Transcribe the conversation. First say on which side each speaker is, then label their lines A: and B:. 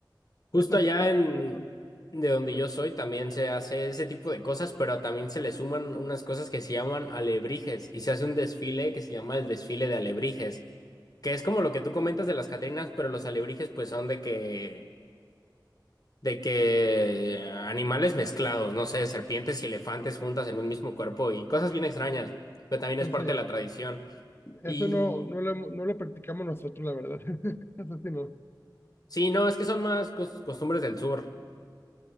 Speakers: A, on the left; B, on the left.
A: justo
B: están
A: allá
B: tratando
A: en
B: de lograr los
A: de donde yo soy también se hace ese tipo de cosas, pero también se le suman unas cosas que se llaman alebrijes y se hace un desfile que se llama el desfile de alebrijes, que es como lo que tú comentas de las Catrinas, pero los alebrijes pues son de que de que animales mezclados, no sé, serpientes y elefantes juntas en un mismo cuerpo y cosas bien extrañas, pero también es parte
B: sí.
A: de la tradición.
B: Eso
A: Y
B: no, no lo, no lo practicamos nosotros, la verdad. <laughs> Eso sí, no,
A: Sí, no, es que son más cos- costumbres del sur.